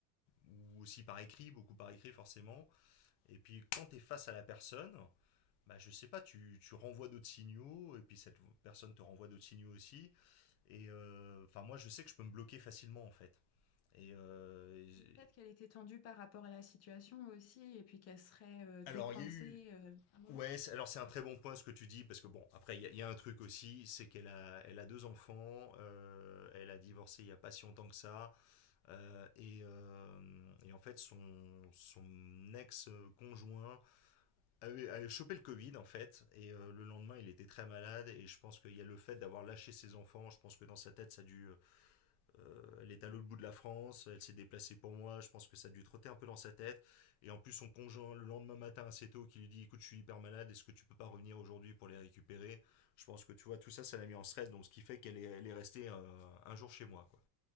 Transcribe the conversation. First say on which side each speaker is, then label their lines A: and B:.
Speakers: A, on the left; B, on the left.
A: ou aussi par écrit, beaucoup par écrit, forcément. Et puis, quand t'es face à la personne, bah, je sais pas, tu, tu renvoies d'autres signaux, et puis cette personne te renvoie d'autres signaux aussi. Et euh, enfin, moi, je sais que je peux me bloquer facilement, en fait. Et, euh, et-
B: mais peut-être qu'elle était tendue par rapport à la situation aussi, et puis qu'elle serait euh,
A: alors,
B: décoincée
A: il y a eu.
B: euh, un moment.
A: Ouais, c'est- alors c'est un très bon point ce que tu dis, parce que bon, après, il y, a- y a un truc aussi, c'est qu'elle a, elle a deux enfants, euh, elle a divorcé il y a pas si longtemps que ça, euh, et, euh, et en fait, son, son ex-conjoint avait, avait chopé le Covid, en fait, et euh, le lendemain, il était très malade, et je pense qu'il y a le fait d'avoir lâché ses enfants, je pense que dans sa tête, ça a dû, Euh, elle est
B: Oui.
A: à l'autre bout de la France, elle s'est déplacée pour moi, je pense que ça a dû trotter un peu dans sa tête. Et en plus, son conjoint, le lendemain matin assez tôt, qui lui dit Écoute, je suis hyper malade, est-ce que tu peux pas revenir aujourd'hui pour les récupérer Je pense que tu vois, tout ça, ça l'a mis en stress, donc ce qui fait qu'elle est, elle est restée euh, un jour chez moi. Quoi.